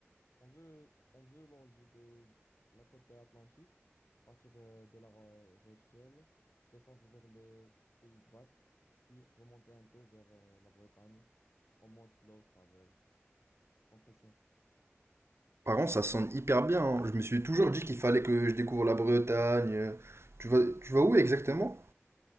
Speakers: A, on the left (about 80°); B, on the right (about 65°).
A: On veut, on veut longer de la côte atlantique, partir euh, de la Ro- Rochelle, descendre vers les Pays de Basque, puis remonter un peu vers euh, la Bretagne. On monte slow travel, sans pression.
B: Par contre, ça sonne hyper bien, hein. Je me suis toujours dit qu'il fallait que je découvre la Bretagne. euh. Tu vas, tu vas où exactement?